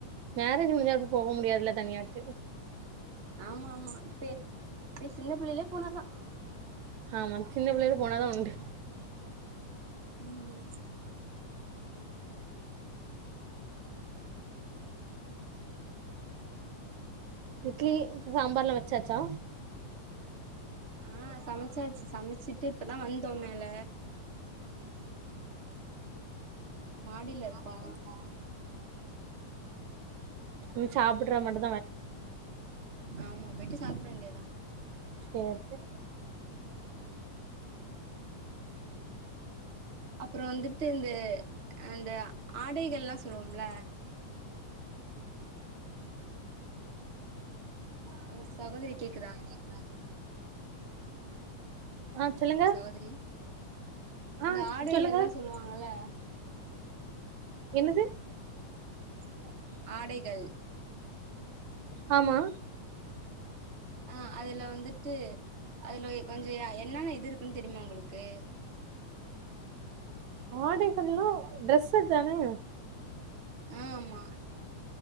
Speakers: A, on the right; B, on the right.
A: மேரேஜ் முடிஞ்சா அப்டி போக முடியாதுல்ல தனியாட்டு
B: ஆமா ஆமா இப்ப இப்ப சின்ன புள்ளையிலே போனாதா உண்டு
A: ஆமா சின்ன பிள்ளையுள போனாதா உண்டு
B: ம்
A: இட்லி சாம்பார்லா வச்சாச்சா
B: ஆ சமச்சாச்சு சமச்சிட்டு இப்பதா வந்தோ மேல மாடில
A: மாடியில
B: இருக்கோ
A: இருக்கா ம் சாப்புட்ற மட்டு
B: ஆமா பெய்ட்டு சாப்டவேண்டியதா
A: ஓகே ஓகே
B: அப்றோ வந்துட்டு இந்த அந்த ஆடைகள்லா சொல்லுவோம்ல ஹலோ சகோதரி கேக்குதா
A: க்குதா ஆ சொல்லுங்க
B: சகோதரி
A: ஆ
B: இந்த ஆடைகள்லா
A: சொல்லுங்க
B: சொல்லுவாங்கல்ல
A: என்னது <inaudible>
B: ஆடைகள்
A: ஆமா
B: ஆ அதுல வந்துட்டு அதுல கொஞ்சோ என்னன்ன இது இருக்குன்னு தெரியுமா உங்களுக்கு
A: ஆடைகள்ல்னா டரெஸ்ஸூதானே
B: அ ஆமா